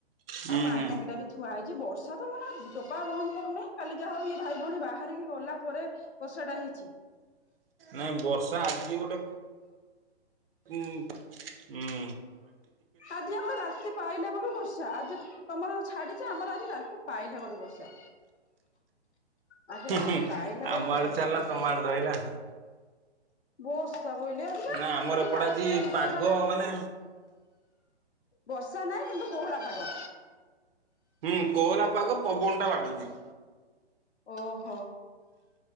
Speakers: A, on the right; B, on the left.
A: ହୁଁ
B: ଆଉ ପାଣିଟାଙ୍କିଟା
A: ହୁଁ
B: ବି ଥୁଆ ହେଇଛି ବର୍ଷା <inaudible> ଟୋପା ବନ୍ଦ କରୁନେଇଁ କାଲି ଯାହା ହଉ ଇଏ ଭାଇ ଭଉଣୀ ବାହାରିକି ଗଲା ପରେ ବର୍ଷାଟା ହେଇଛି।
A: ନାଇଁ ବର୍ଷା ଆଜି ଗୋଟେ ହୁଁଉଁ
B: ଆଜି ଆମର ବା ରାତି ପାଇଲା ପରେ ବର୍ଷା ଆଜି ତମର ଛାଡିଚି ଆମର ଆଜି ରାତି ପାଇଲା ପରେ ବର୍ଷା। ଆଜି
A: ହୁଁ
B: ରାତି
A: ହୁଁ
B: ପାଇଲା ବେଳୁ
A: ଆମଆଡେ
B: ଟୋପା ହୁଅନ୍ତାନି
A: ଛାଡିଲା ତମଆଡେ ଧଇଲା।
B: ବର୍ଷା ବୋଇଲି ଆଉ ଯିବା
A: ନା ଆମର
B: କାଲି
A: ଏପଟେ
B: ରାତିରେ
A: ଆଜି
B: ଲୁଗା
A: ପାଗ
B: ପଟା ଯଉ
A: ମାନେ
B: ବର୍ଷା ନାଇଁ କିନ୍ତୁ ପୋହରା ପାଗ।
A: ହୁଁ କୋହଲା ପାଗ ପବନ ଟା ବାଡଉଛି।
B: ଓହୋ।